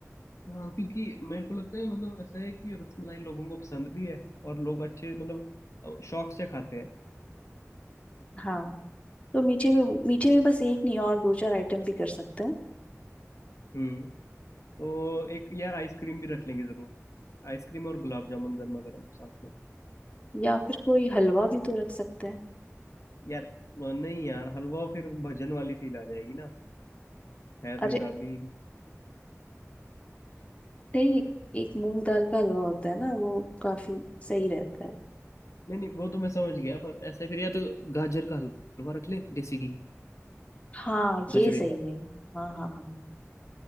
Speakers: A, on the left; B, on the left.
A: हाँ क्योंकि मेरे को लगता है मतलब ऐसा है कि रसमलाई लोगों को पसंद भी है और लोग अच्छे मतलब अ, शौक से खाते हैं
B: हाँ तो मीठे में मीठे में बस एक नहीं और दो चार आइटम भी कर सकते हैं
A: हम्म तो एक यार आइसक्रीम भी रख लेंगे ज़रूर आइसक्रीम और गुलाब जामुन गर्मा गर्म साथ में
B: या फिर कोई हलवा भी तो रख सकते हैं
A: यार अ, नहीं यार हलवा फिर भजन वाली फील आ जाएगी ना है
B: अरे
A: तो शादी
B: नहीं एक मूंग दाल का हलवा होता है ना वो काफी सही रहता है
A: नहीं नहीं वो तो मैं समझ गया पर ऐसे फिर या तो गाजर का हलवा रख ले देसी घी
B: हाँ ये
A: गजरेला
B: सही है हाँ हाँ हाँ